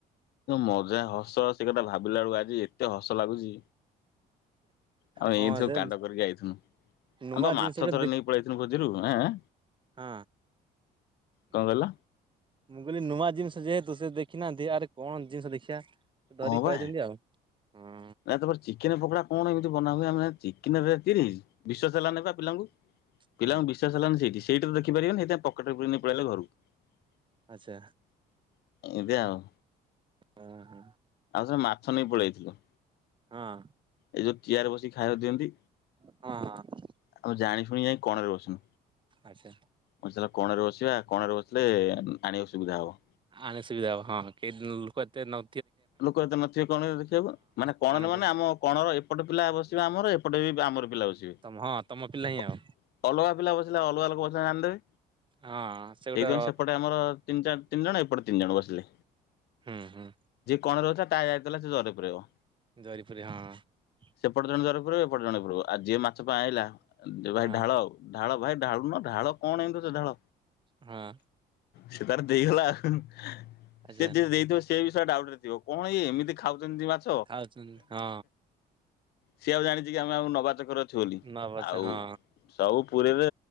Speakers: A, on the left; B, on the right.
A: ମଜା ହସ ହସି କଥା ଭାବିଲା ବେଳକୁ ଆଜି ଏତେ ହସ ଲାଗୁଛି। ଆମେ
B: ହଁ
A: ଏମତି ସବୁ
B: ସେ
A: କାଣ୍ଡ କରିକି ଆଇଥିନୁ
B: ନୂଆ
A: ଆମେ ବା
B: ଜିନିଷ
A: ମାଛ
B: ଗୋଟେ
A: ଥରେ
B: ଦେଖ
A: ନେଇକି ପଳେଇ ଆଇଥିନୁ ଭୋ ମଝିରୁ ଆଁ ଆଁ
B: ହଁ।
A: କଣ କହିଲ?
B: ମୁଁ କହିଲି ନୂଆ ଜିନିଷ ଯେହେତୁ ସେ ଦେଖିନାହାନ୍ତି ଆରେ କଣ ଜିନିଷ ଦେଖିବା। ଧରି
A: ହଁ ବା
B: ପଲେଇଛନ୍ତି ଆଉ। ହଁ
A: ନା ତମର ଚି କେନ ପୋକୋଡ଼ା କଣ ଏମିତି ବନା ହୁଏ ଆମେ ଚିକେନ ଏବେ ତିରିଶ ବିଶ୍ଵାସ ହେଲାନି ପା ପିଲାଙ୍କୁ।
B: ହୁଁ
A: ପିଲାଙ୍କୁ ବିଶ୍ୱାସ ହେଲାନି ସେଇଠି। ସେଇଟାରୁ ଦେଖିପାରିବେନି ସେଥିପାଇଁ ପକେଟରେ ପୁରେଇ ନେଇ ପଳେଇ ଆଇଲେ ଘରକୁ।
B: ଆଚ୍ଛା
A: ଏବେ ଆଉ
B: ଅଁ ହୋ।
A: ସେ ମାଛ ନେଇ ପଳେଇଥିଲ।
B: ହଁ।
A: ଏଇ ଯୋଉ ଚିଆର ବସିକି ଖାଇବାକୁ ଦିଅନ୍ତି,
B: ହଁ ହଁ
A: ଆମେ ଜାଣି ଶୁଣି ଯାଇ କଣରେ ବସିନୁ।
B: ଆଚ୍ଛା
A: ବସିଲା ପ କଣ ରେ ବସିବା କଣରେ ବସିଲେ ଆଣିିବ। ସୂବୁଧା ହବ।
B: ଆଣି ସୁବିଧା ହବ, ହଁ ହଁ କେଇ ଦିନୁ ଲୋକ ଏତେ ନ
A: ଲୋକ ଏତେ ନଥିବେ କଣ ରେ ଦେଖିବାକୁ ମାନେ କଣରେ
B: କଣ
A: ମାନେ
B: କୁ
A: ଆମ କଣର ଏପଟେ ପିଲା ବସ ର ଆମର ଏପଟେ ବି ଆମର ପିଲା ବସିବେ।
B: ତମ ହଁ ତମ ପିଲା ହିଁ
A: ଅ
B: ଆଉ
A: ଅଲଗା ପିଲା ବସିଲେ ଅଲଗା ଲୋକ ବସିଲେ ତଙ୍କେ ଜାଣିଦେବେ,
B: ହଁ ସେ ଗୋଟେ
A: ସେଇଥିପାଇଁ ସେପଟେ ଆମର ତିନି ଚାର ତିନ ଜଣ ଏପଟେ ତି ତିନ ଜଣ ବସିଲେ।
B: ହୁଁ ହୁଁ।
A: କଣ ରହୁଚ ତାହା ଯାଇଥିଲା ସେ ଜରିରେ ପୁରେଇବ।
B: ଜରି ପୁରେଇବ ହଁ।
A: ସେପଟ ଜଣେ ଜରି ପୁରେଇବ ଏ ପଟେ ଜଣେ ପୁରେଇବ, ଆଉ ଯିଏ ମାଛ ପାଇଁ ଆଇଲା ଭାଇ
B: ହଁ
A: ଢାଳ ଢାଳ ଭାଇ ଢାଳୁ ନ ଢାଳ କଣ ଏମତି ହଉଚ ଢାଳ
B: ହଁ
A: ସେ ତାର ଦେଇଗଲା ଆଉ।
B: ଆଚ୍ଛା
A: ସେ ଯିଏ ଦେଇଥିବ ସିଏ ବି ସେ ଡାଉଟ୍ରେ ଥିବ କଣ ଇଏ ଏମତି ଖାଉ ଚନ୍ତି ମାଛ,
B: ଖାଉଛନ୍ତି ହଁ
A: ସିଏ ଆଉ ଜାଣି ଟିକେ ଆମେ ଆଉ ନବା ଚକର ଅ ଛୁ ଚୋଲି
B: ନଅ ବର୍ଷ
A: ଆଉ
B: ହଁ
A: ଉ ସବୁକ୍ ପୁରୀରେ